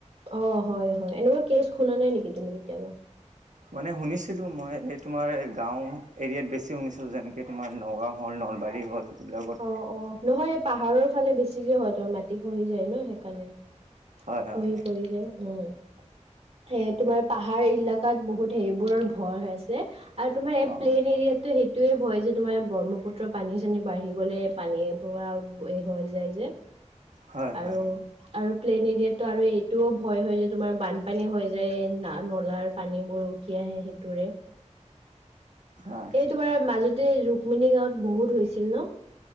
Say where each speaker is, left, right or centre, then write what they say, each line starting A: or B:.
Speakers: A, on the right; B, on the right.
A: অ' হয় হয় এনেকুৱা কেচ শুনা নাই নেকি তুমি কেতিয়াবা।
B: মানে শুনিছিলোঁ মই এই তোমাৰ গাঁও এৰিয়াত বেছি শুনিছিলোঁ যেনেকৈ তোমাৰ নগাঁও হ'ল নলবাৰী হ'ল। এইবিলাকত
A: অ' অ' নহয় পাহাৰৰ ফালে বেছিকে হয় তোমাৰ মাটি খহি যায় ন সেইকাৰণে।
B: হয় হয়
A: খহি পৰি যায়। উম এ তোমাৰ পাহাৰ এলেকাত বহুত সেইবোৰৰ ভয় হৈ আছে। আৰু তোমাৰ এই
B: অঁ
A: প্লেইন এৰিয়াত টো সেইটোৱে ভয় যে তোমাৰ ব্ৰহ্মপুত্ৰ পানী চানী বাঢ়ি। গ'লে পানী পৱা হৈ যায় যে
B: হয়
A: আৰু।
B: হয়
A: আৰু প্লেইন এৰিয়াতটো আৰু এইটোও ভয় হয় যে তোমাৰ বানপানী হৈ যায় ন নলাৰ পানীবোৰো। উটিয়াহে সেইটোৰে।
B: অঁ
A: এই তোমাৰ মাজতে ৰুক্মিণী গাঁৱত বহুত হৈছিল ন।